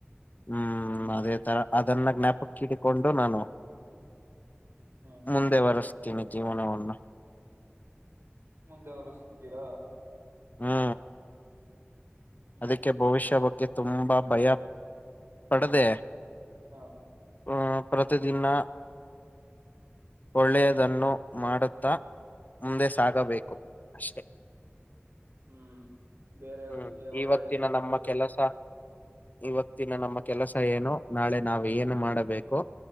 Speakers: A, on the left; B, on the right.
A: ಹ್ಮ್ ಅದ ತರ ಅಧಾರ್ನಾಾಗ ನಞಾಪಕಿಿಗೆ ಕಣಂಡ ನಾನೋ
B: ಹ್ಮ್
A: ಮುಂದೆ ಬರಸ್ತ <unintelligible> ಜೀವನವನ್ನು
B: ನ ಮುಂದೆವರು ಸಿಗ್ತೀರಾ
A: ಹಾ
B: ಹ್ಮ್
A: ಅದಕ್ಕೆ ಭವಿಷ್ಯ ಬಗ್ ತುಂಬಾ ಭಯ ಪಡದೆ
B: ಹಾ
A: ಆ ಪ್ರತಿದಿನ ಒಳ್ಳೆಯದನ್ನು ಮಾಡುತ್ತಾ ಮುಂದೆ ಸಾಗಬೇಕು ಅಷ್ಟೆ
B: ಹ್ಮ್ ಬೇರೆಯವರಿಗೆ
A: ಹ್ಮ್
B: ಒಳ್ಳೇದ್
A: ಇವತ್ತಿನ
B: ಮಾಡಬೇಕು
A: ನಮ್ಮ ಕೆಲಸ ಇವತ್ತಿನ ನಮ್ಮ ಕೆಲಸ ಏನು ನಾಳೆ ನಾವು ಏನು ಮಾಡಬೇಕು.